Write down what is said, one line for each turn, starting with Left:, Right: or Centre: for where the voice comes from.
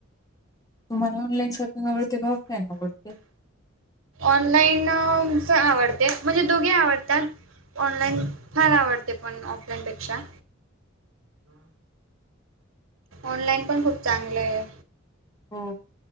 Left: तुम्हाला ऑनलाईन शॉपिंग आवडते का ऑफलाईन आवडते.
Right: ऑनलाईन आवडते म्हणजे दोघे आवडतात. ऑनलाईन फार आवडते पण ऑफलाईन पेक्षा ऑनलाइन पण खूप चांगलं आहे.
Left: हो.